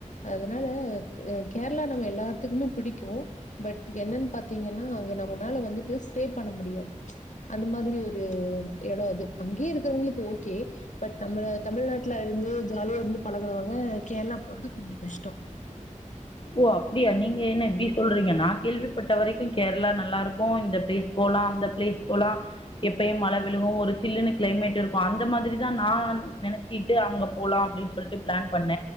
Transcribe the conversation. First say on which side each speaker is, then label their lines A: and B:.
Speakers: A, on the left (about 70°); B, on the left (about 40°).
A: அதனால கேர்ளா நம்ம எல்லா த்துக்குமே புடிக்கும் பட் என்னன் பாத்தீங்கன்னா அங்க நம்மனால வந்துட்டு ஸ்டே பண்ண முடியாது அந்த மாதிரி ஒரு இடோ அது அங்கே இருக்கறவுங்களுக் ஓகே பட் நம்மள தமிழ்நாட்டுல இருந்து ஜாலியா இருந்து பழகுனவுங்க கேர்ளா போறது கொஞ்ச கஷ்டோ
B: ஓ அப்டியா நீங்க என்ன இப்டி சொல்றீங்க நா கேள்விப்பட்ட வரைக்கு கேர்ளா நல்லா இருக்கு இந்த பிளேஸ் போலா அந்த ப்ளேஸ் போலா எப்பயு மழ விழுகு ஒரு சில்லுனு கிளைமேட் இருக்கு அந்த மாதிரிதா நா நெனச் சிட்டு அங்க போலா அப்டின் சொல்ட்டு பிளான் பண்ண